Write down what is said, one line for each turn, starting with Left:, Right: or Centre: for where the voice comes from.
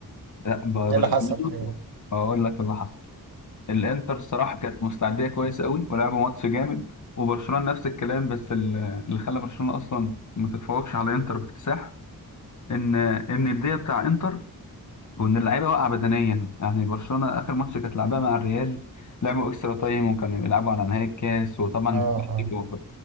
Left: لا ب-
Right: إيه
Left: برشلونة
Right: اللي حصل فيه؟
Left: اقول لك اللي حصل الانتر صراحة كانت مستعدية كويس قوي ولعبوا ماتش جامد وبرشلونة نفس الكلام بس ال- اللي خلى برشلونة اصلا ما تتفوقش على انتر باكتساح ان ان الدقيقة بتاع انتر وان اللعيبه واقعه بدنيا يعني برشلونه اخر ماتش كانت لعبها مع الريال لعبوا اكسترا تايم وكانوا بيلعبوا على نهائي الكاس وطبعا
Right: آه
Left: كلاسيكو.
Right: آه